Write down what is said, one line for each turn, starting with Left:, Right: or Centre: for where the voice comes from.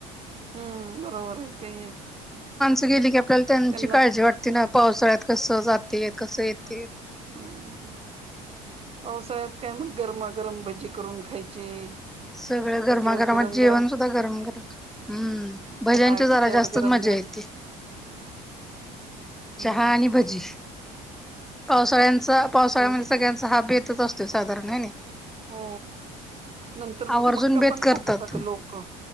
Right: हं बरोबर आहे ते
Centre: त गेली की आपल्याला त्यांची
Right: त्यांना
Centre: काळजी वाटते ना पावसाळ्यात कसं जातेय कसं ये ते!
Right: हम्म पावसाळ्यात काय मग गरमागरम भजी करून खायचे.
Centre: सगळं गरमागरम
Right: त्याच्यावर गरम
Centre: जेवण
Right: गरम
Centre: सुद्धा गरम गरम हम्म भज्यांची
Right: चहा
Centre: जरा
Right: त्याच्यावर
Centre: जास्त
Right: गरम
Centre: मजा
Right: गरम
Centre: येते
Right: हम्म
Centre: चहा आणि भजी... पावसाळ्यांचा पावसाळ्यामध्ये
Right: हम्म
Centre: सगळ्यांचा हा बेत तच असतो साधारण हाय नै
Right: हो नंतर मग
Centre: आवर्जून
Right: मक्का
Centre: बेत
Right: पण
Centre: करतात
Right: खातात लोकं